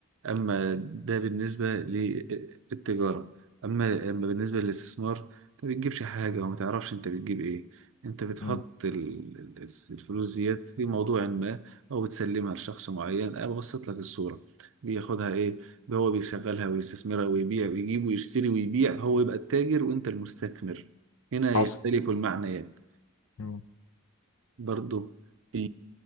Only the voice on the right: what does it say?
أما ده بالنسبة للتجارة أما أما بالنسبة للاستثمار أنت ما بتجيبش حاجة وما تعرفش أنت بتجيب إيه أنت بتحط
ال- ال- الفلوس ديت في موضوع ما أو بتسلمها لشخص معين أنا ببسط لك الصورة بياخدها إيه هو بيشغلها ويستثمرها ويبيع ويجيب ويشتري ويبيع هو يبقى التاجر وأنت المستثمر هنا
يختلف المعنيات
برضه في